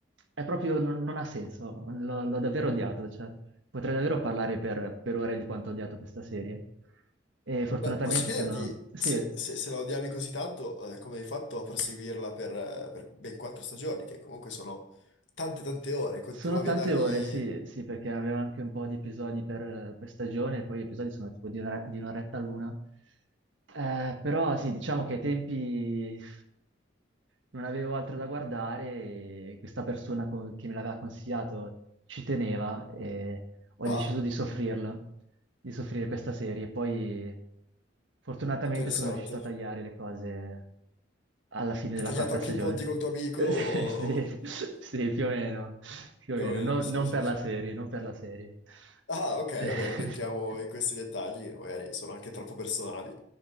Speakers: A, on the right; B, on the left.
A: è proprio, non, non ha senso, l'ho l'ho davvero odiato. cioè. Potrei davvero parlare per, per ore di quanto ho odiato questa serie. E fortunatamente
B: Beh, posso chiederti
A: sono... Sì,
B: se, se- se la odiavi così tanto, eh, come hai fatto a proseguirla per, eh, per ben quattro stagioni, che comunque sono tante tante ore, continuavi
A: sono tante
B: a dargli...
A: ore, sì, sì, perché aveva anche un po' di episodi per, per stagione, e poi gli episodi sono tipo di un'ora- di un'oretta l'una. Eh, però sì, diciamo che ai tempi non avevo altro da guardare e questa persona co- che me l'aveva consigliato ci teneva e ho
B: Ah,
A: deciso di soffrirla, di soffrire questa serie. Poi fortunatamente
B: interessante.
A: sono riuscito a tagliare le cose alla fine
B: Hai
A: della
B: tagliato
A: quarta
B: anche
A: stagione.
B: i ponti col tuo amico,
A: <laughs>
B: o- o-
A: Sì, sì, più o meno, più
B: più
A: o meno.
B: o meno,
A: No-
B: sì,
A: non
B: sì,
A: per
B: sì.
A: la serie, non per la serie.
B: Ah, ok,
A: <laughs>
B: vabbè, non entriamo in questi dettagli, magari sono anche troppo personali.